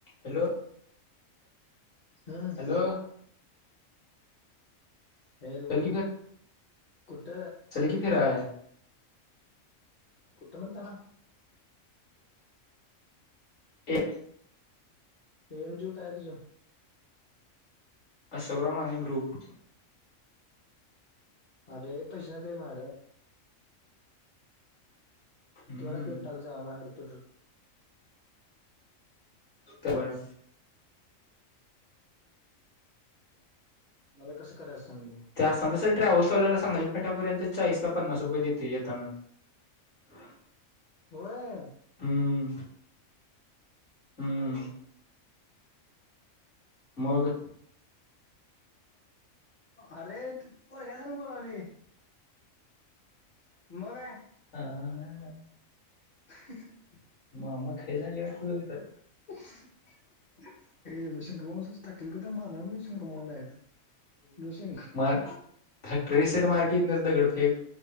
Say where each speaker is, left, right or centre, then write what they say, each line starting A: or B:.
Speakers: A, on the left (about 60°); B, on the left (about 40°).
A: हॅलो
B: हम्म
A: हॅलो
B: हॅलो
A: चल
B: कुठ
A: क फि आ आहे.
B: कुठ मंत ना.
A: ए
B: पीएमज्यू काय तुझं
A: असक्रम आणि ग्रुप
B: अरे पैसेनद्री म
A: हम्म
B: तुलाचला टक जाव मागाडे पेट्रोल
A: ते बरं
B: मला कसं करायचं सांग
A: जास्तना सर टॅव्हल्लचावला सांगली फटापर्य चाळीस का पन्नास रुपयेते येताना. <inaudible>
B: होय.
A: हम्म. हम्म. मग.
B: अरे पोरग्या संग बोलावली. मग काय
A: हा.
B: <inaudible>
A: मामा खेळ झाली वाट त तुम तर.
B: <unintelligible> <unintelligible>
A: मग. फॅक्टे सेट मार्कीटनच दगडफेक.